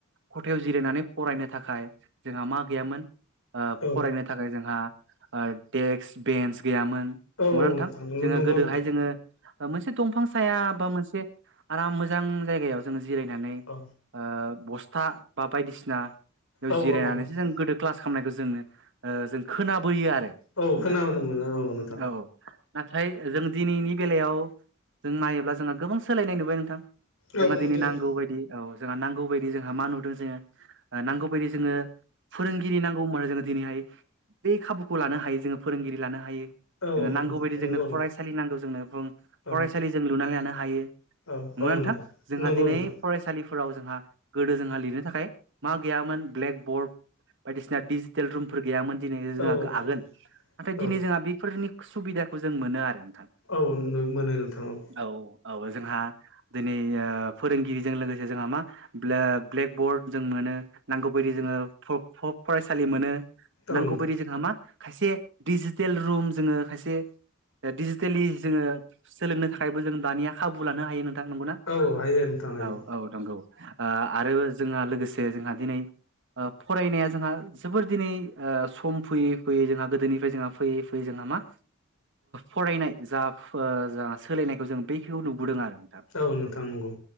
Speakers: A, on the right (about 60°); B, on the left (about 85°).
A: खथायाव जिरायनानै फरायनो थाखाय जोंहा मा गैयामोन ओ
B: औ
A: फरायनो थाखाय जोंहा ओ डेक्स-बेन्स गैयामोन नंगौना
B: औ
A: नोंथां?
B: नंगौ
A: जोङो
B: नंगौ
A: गोदोहाय
B: नोंथां
A: जोङो मोनसे दंफां साया बा मोनसे आराम मोजां जायगायाव जोङो जिरायनानै
B: औ
A: ओ बस्था बा बायदिसिनायाव
B: औ
A: जिरायनानैसो
B: औ
A: जों गोदो क्लास खामनायखौ जोङो ओ जों खोनाबोयो आरो नोंथां।
B: औ खोनाबोनो मोनो नोंथां
A: औ। नाथाय जों दिनैनि बेलायाव जों नायोब्ला जोंहा गोबां सोलायनाय नुबाय नोंथां।
B: औ
A: जोंहा
B: नुदों
A: दिनै नांगौ
B: नोंथां
A: बायदि औ जोंहा नांगौ बायदि जोंहा मा नुदों जोङो नांगौ बायदि जोङो फोरोंगिरि नांगौमोन जोङो दिनैहाय बे खाबुखौ लानो हायो जोङो फोरोंगिरि लानो हायो।
B: औ
A: जों नांगौ
B: नोंथां
A: बायदि
B: नंगौ
A: जोंनो
B: नोंथां
A: फरायसालि नांगौ जोंनो भुम
B: औ
A: फरायसालि जों लुनानै लानो हायो।
B: औ
A: नंगौना
B: औ
A: नोंथां? जोंहा
B: नंगौ
A: दिनै
B: नोंथां
A: फरायसालिफोराव जोंहा गोदो जोंहा लिरनो थाखाय मा गैयामोन ब्लेक बर्ड बायदिसिना डिजिटेल रुमफोर गैयामोन दिनै जोंहा
B: औ औ दे
A: आगोल नाथाय
B: औ
A: दिनै जोंहा बेफोरनि सुबिदाखौ जों मोनो आरो नोंथां
B: औ मोनो नोंथां औ
A: औ औ जोंहा दिनै फोरोंगिरिजों लोगोसे जोंहा मा ब्ले-ब्लेक बर्ड जों मोनो नांगौ बायदि जोङो फ-फ-फरायसालि मोनो
B: औ
A: नांगौ
B: नोंथां
A: बायदि जोंहा मा खायसे दिजिटेल रुम जोङो खायसे डिजिटेलि जोङो सोलोंनो थाखायबो जों दानिया खाबु लानो हायो नोंथां नोंगौना।
B: औ हायो नोंथां हायो
A: औ औ नंगौ ओ आरो जोंहा लोगोसे जोंहा दिनै ओ फरायनाया जोंहा जोबोर दिनै ओ सम फैयै-फैयै जोंहा गोदोनिफ्राय जोंहा फैयै-फैयै जोंहा मा फरायनाय जा फराय सोलायनायखौ जों बेखिखौ नुबोदों आरो
B: औ औ नोंथां नंगौ